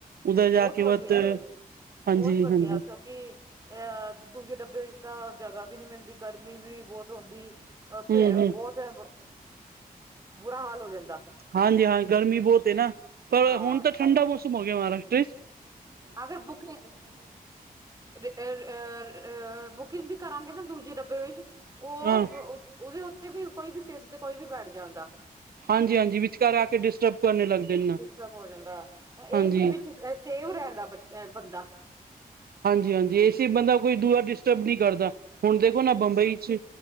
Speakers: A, on the right; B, on the right.
A: ਉਧਰ ਜਾ
B: ਬੋਤ
A: ਕੇ
B: ਵਧੀਆ
A: ਬਤ
B: ਏ,
A: ਹਾਂਜੀ
B: ਬਹੁਤ ਵਧੀਆ
A: ਹਾਂਜੀ
B: ਐ ਕਿਉਕਿ ਅ ਦੂਜੇ ਡੱਬੇ ਵਿਚ ਤਾਂ ਜਗ੍ਹਾ ਬੀ ਨੀ ਮਿਲਦੀ ਗਰਮੀ ਵੀ ਬੋਤ ਹੁੰਂਦੀ
A: ਹਮ
B: ਅ ਫ਼ੇ ਅ
A: ਹਮ
B: ਬੋਤ ਅ ਬੁਰਾ ਹਾਲ ਹੋ ਜਾਂਦਾ।
A: ਹਾਂਜੀ ਹਾਂ, ਗਰਮੀ ਬੋਤ ਏ ਨਾ ਪਰ
B: ਹਾਂ
A: ਹੁਣ ਤਾਂ ਠੰਡਾ ਮੌਸਮ ਹੋ ਗਿਆ ਮਹਾਰਾਸ਼ਟਰਾ ਇੱਚ।
B: ਅਗਰ ਬੁੱਕ ਨਈ ਅ ਬੁਕਿੰਗ ਵੀ ਕਰਾਂਗੇ ਨਾ ਦੂਜੇ ਡੱਬੇ ਵਿੱਚ ਔ
A: ਹਾਂ
B: ਬ ਔਦੇ ਉਤੇ ਵੀ ਕੋਈ ਵੀ ਸੀਟ ਤੇ ਕੋਈ ਵੀ ਬੈਠ ਜਾਂਦਾ
A: ਹਾਂਜੀ-ਹਾਂਜੀ ਵਿਚਕਾਰ ਆ ਕੇ ਡਿਸਟਰਬ ਕਰਨੇ ਲੱਗ ਜਾਂਦੇ
B: ਡਿਸਟਰਬ ਹੋ ਜਾਂਦਾ। ਹ
A: ਹਾਂਜੀ
B: ਏ ਸੀ ਵਿੱਚ ਅ ਸੇਵ ਰਹਿੰਦਾ ਬੱਚ ਅ ਬੰਦਾ।
A: ਹਾਂਜੀ-ਹਾਂਜੀ ਏਸੀ ਬੰਦਾ ਕੋਈ ਦੂਆ ਡਿਸਟਰਬ ਨੀ ਕਰਦਾ। ਹੁਣ ਦੇਖੋ ਨਾ ਬੰਬਈ 'ਚ